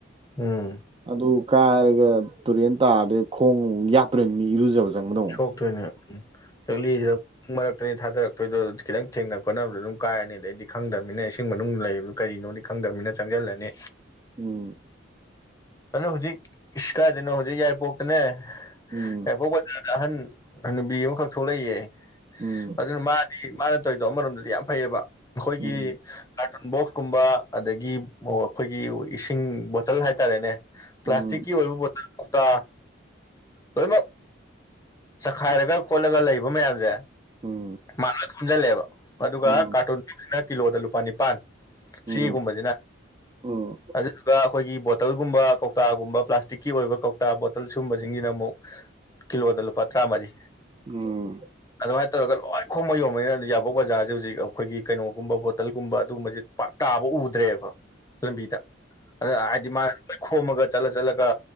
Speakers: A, on the left; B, on the right.
A: ꯎꯝ
B: ꯑꯗꯨ ꯀꯥꯏꯔꯒ ꯇꯨꯔꯦꯟ ꯇꯥꯔꯗꯤ ꯈꯣꯡ ꯌꯥꯠꯇ꯭ꯔꯣꯝꯃꯤ ꯏꯔꯨꯖꯕ ꯆꯪꯕꯗ ꯑꯃꯨꯛ
A: ꯁꯣꯛꯇꯣꯏꯅꯦ ꯎꯝ ꯂꯤꯛꯂꯤꯖꯦ ꯃꯔꯛꯇꯅꯤ ꯊꯥꯗꯔꯛꯇꯣꯏꯗꯣ ꯈꯤꯇꯪ ꯊꯦꯡꯅ ꯈꯣꯠꯅꯕꯗ ꯑꯗꯨꯝ ꯀꯥꯏꯔꯅꯤ ꯑꯗꯩꯗꯤ ꯈꯪꯗꯝꯃꯤꯅ ꯏꯁꯤꯡ ꯃꯅꯨꯡꯗ ꯂꯩꯕꯗꯨ ꯀꯔꯤꯅꯣꯗꯤ ꯈꯪꯗꯝꯃꯤꯅ ꯆꯪꯖꯜꯂꯅꯤ
B: ꯎꯝ
A: ꯑꯗꯨꯅ ꯍꯧꯖꯤꯛ ꯏꯁ ꯀꯥꯏꯗꯩꯅꯣ ꯍꯧꯖꯤꯛ ꯌꯥꯏꯔꯤꯄꯣꯛꯇꯅꯦ
B: ꯎꯝ
A: ꯌꯥꯏꯔꯤꯄꯣꯛ ꯕꯖꯥꯔ ꯑꯍꯟ ꯍꯅꯨꯕꯤ ꯑꯃꯈꯛ ꯊꯣꯛꯂꯛꯏꯌꯦ
B: ꯎꯝ
A: ꯑꯗꯨꯅ ꯃꯥꯗꯤ ꯃꯥꯅ ꯇꯧꯏꯗꯣ ꯑꯃꯔꯣꯝꯗꯗꯤ ꯌꯥꯝ ꯐꯩꯌꯦꯕ ꯑꯈꯣꯏꯒꯤ
B: ꯎꯝ
A: ꯀꯥꯔꯇꯨꯟ ꯕꯣꯛꯁ ꯀꯨꯝꯕ ꯑꯗꯒꯤ ꯈꯣꯏꯒꯤ ꯏꯁꯤꯡ ꯕꯣꯇꯜ ꯍꯥꯏꯇꯥꯔꯦꯅꯦ ꯄ꯭ꯂꯥꯁꯇꯤꯀꯤ
B: ꯎꯝ
A: ꯑꯣꯏꯕ ꯕꯣꯇꯜ ꯀꯧꯇꯥ ꯂꯣꯏꯃꯛ ꯆꯈꯥꯏꯔꯒ ꯈꯣꯠꯂꯒ ꯂꯩꯕ ꯃꯌꯥꯝꯖꯦ
B: ꯎꯝ
A: ꯃꯥ ꯂꯣꯢ ꯈꯣꯝꯖꯜꯂꯦꯕ ꯑꯗꯨꯒ
B: ꯎꯝ ꯎꯝ
A: ꯀꯥꯔꯇꯨꯟ ꯕꯣꯛꯁ ꯅ ꯀꯤꯂꯣꯗ ꯂꯨꯄꯥ ꯅꯤꯄꯥꯥꯟ ꯆꯦꯒꯨꯝꯕꯖꯤꯅ
B: ꯎꯝ ꯎꯝ
A: ꯑꯗꯨꯗꯨꯒ ꯑꯈꯣꯏꯒꯤ ꯕꯣꯇꯜꯒꯨꯝꯕ ꯀꯧꯇꯥꯒꯨꯝꯕ ꯄ꯭ꯂꯥꯁꯇꯤꯛꯀꯤ ꯑꯣꯏꯕ ꯀꯧꯇꯥ ꯕꯣꯇꯜ ꯁꯨꯝꯕꯁꯤꯡꯁꯤꯅ ꯑꯃꯨꯛ ꯀꯤꯂꯣꯗ ꯂꯨꯄꯥ ꯇ꯭ꯔꯥ ꯃꯔꯤ
B: ꯎꯝ
A: ꯑꯗꯨꯃꯥꯏ ꯇꯧꯔꯒ ꯂꯣꯏ ꯈꯣꯃ ꯌꯣꯝꯕꯅꯤꯅ ꯌꯥꯏꯕꯣꯛ ꯕꯖꯥꯔꯖꯦ ꯍꯧꯖꯤꯛ ꯑꯈꯣꯏꯒꯤ ꯀꯩꯅꯣꯒꯨꯝꯕ ꯕꯣꯇꯜꯒꯨꯝꯕ ꯑꯗꯨꯒꯨꯝꯕꯖꯦ ꯄꯥꯛ ꯇꯥꯕ ꯎꯗ꯭ꯔꯦꯕ ꯂꯝꯕꯤꯗ ꯑꯗ ꯍꯥꯏꯗꯤ ꯃꯥ ꯈꯣꯝꯃꯒ ꯆꯠꯂ ꯆꯠꯂꯒ